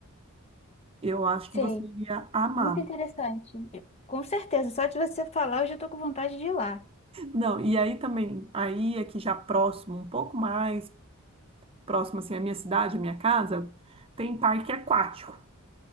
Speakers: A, on the right; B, on the left.
A: Eu acho
B: Sei,
A: que você ia amar.
B: muito interessante. Eu- Com certeza, só de você falar, eu já tô com vontade de ir lá.
A: Não, e aí também, aí aqui já próximo, um pouco mais próximo assim, a minha cidade, a minha casa, tem parque aquático.